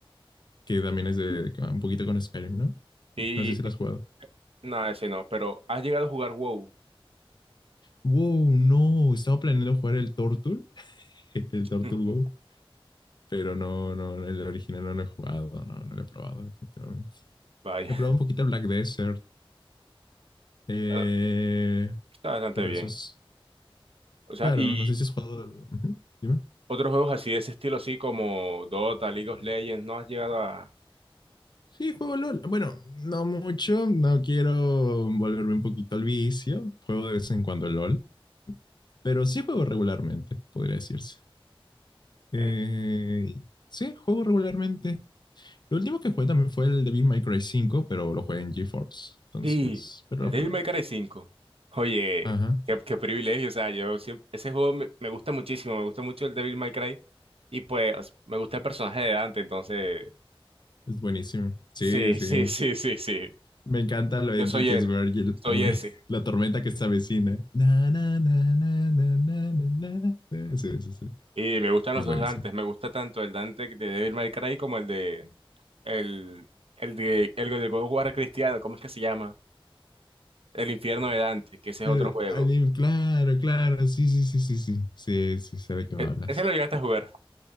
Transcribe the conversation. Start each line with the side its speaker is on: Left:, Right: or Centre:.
Left: que también es de un poquito con Skyrim, ¿no?
Right: y
Left: No sé si lo has jugado.
Right: nada, ese no, pero has llegado a jugar WoW.
Left: Wow, no, estaba planeando jugar el Tortul, <laughs> el Tortul
Right: <laughs>
Left: WoW, pero no, no, el original no lo he jugado, no, no lo he probado, definitivamente.
Right: Vaya,
Left: He probado un poquito el Black Desert, eh,
Right: bueno, está bastante
Left: pero
Right: bien.
Left: eso es,
Right: O sea,
Left: claro,
Right: y
Left: no no sé si has jugado. Ujú, dime.
Right: otros juegos así de ese estilo, así como Dota, League of Legends, no has llegado a...
Left: Sí, juego LOL. Bueno, no mucho, no quiero volverme un poquito al vicio. Juego de vez en cuando LOL, pero sí juego regularmente, podría decirse. Eh,
Right: eh,
Left: sí, juego regularmente. Lo último que jugué también fue el Devil May Cry 5, pero lo jugué en GeForce. Entonces,
Right: Sí,
Left: pero
Right: el
Left: lo
Right: Devil
Left: jugué un
Right: May
Left: rato.
Right: Cry cinco Oye,
Left: Ajá,
Right: qué, qué privilegio, o sea, yo siempre... Ese juego me, me gusta muchísimo, me gusta mucho el Devil May Cry y pues me gusta el personaje de Dante, entonces...
Left: es buenísimo. Sí,
Right: Sí,
Left: sí.
Right: <laughs> sí, sí, sí, sí.
Left: Me encanta lo edgy
Right: Yo soy
Left: que
Right: él,
Left: es Virgil
Right: soy
Left: también.
Right: ese.
Left: <laughs> La tormenta que se avecina. Na, na, na, na, na, na, na, na. Sí, sí, sí.
Right: Y me gustan los
Left: Es buenísimo.
Right: dos Dantes. Me gusta tanto el Dante de Devil May Cry como el de el el de el de God of War cristiano. ¿Cómo es que se llama? El infierno de Dante, que ese es
Left: Eh,
Right: otro juego.
Left: Alien, claro, claro, sí, sí, sí, sí, sí, sí, sí, sé de qué me
Right: E-
Left: hablas.
Right: ese lo llegaste a jugar.